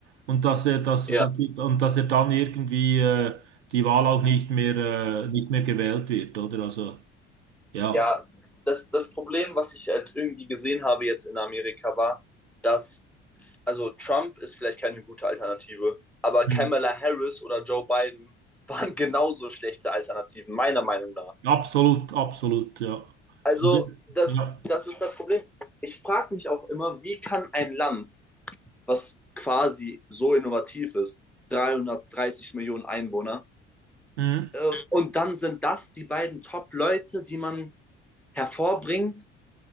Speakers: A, on the right; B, in the centre.
A: und dass er, dass,
B: ja,
A: dass, und dass er dann irgendwie äh, die Wahl auch nicht mehr, äh, nicht mehr gewählt wird, oder? Also, ja,
B: ja. Das, das Problem, was ich halt irgendwie gesehen habe jetzt in Amerika, war, dass, also Trump ist vielleicht keine gute Alternative, aber
A: Mhm.
B: Kamala Harris oder Joe Biden <laughs> waren genauso schlechte Alternativen, meiner Meinung nach.
A: absolut, absolut, ja.
B: Also,
A: Also,
B: das,
A: ja.
B: das ist das Problem. Ich frage mich auch immer, wie kann ein Land, was quasi so innovativ ist, 330 Millionen Einwohner,
A: Mhm.
B: Äh, und dann sind das die beiden Top-Leute, die man hervorbringt.